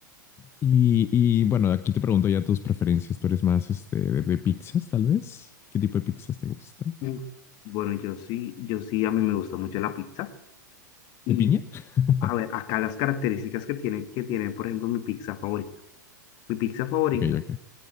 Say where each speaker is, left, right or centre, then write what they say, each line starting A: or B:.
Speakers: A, on the left; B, on the left.
A: Y, y, bueno, aquí te pregunto ya tus preferencias. ¿Tú eres más este, de, de pizzas, tal vez? ¿Qué tipo de pizzas te gusta?
B: Uf, Bueno, yo sí, yo sí, a mí me gusta mucho la pizza. Y
A: ¿De piña? <laughs>
B: a ver, acá las características que tiene, que tiene, por ejemplo, mi pizza favorita. Mi pizza favorita,
A: ok, ok.